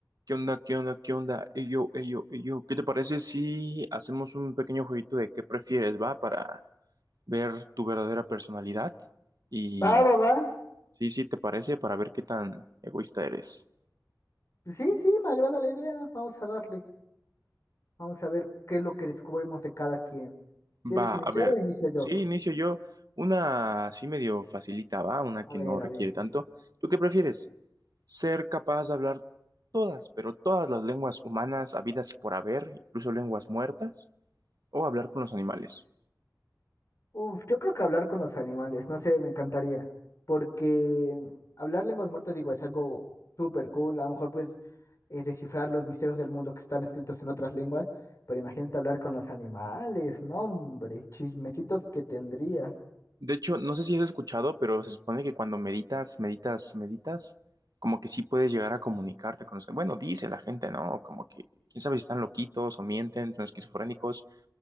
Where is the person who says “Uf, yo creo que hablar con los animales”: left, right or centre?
Left